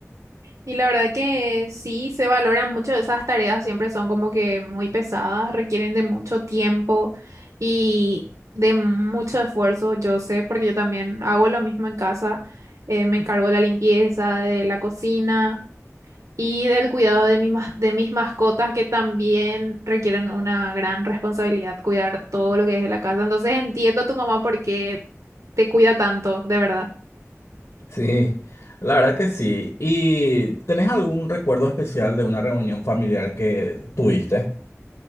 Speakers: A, on the right; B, on the left.
A: Y la verdad que sí, se valoran mucho esas tareas, siempre son como que muy pesadas, requieren de mucho tiempo y de mucho esfuerzo. Yo sé, porque yo también hago lo mismo en casa, eh, me encargo de la limpieza, de la cocina. y del cuidado de mi ma- de mis mascotas que también requieren una gran responsabilidad, cuidar todo lo que es de la casa. Entonces entiendo a tu mamá por qué te cuida tanto, de verdad.
B: Sí, la verdad que sí. ¿Y tenés algún recuerdo especial de una reunión familiar que tuviste?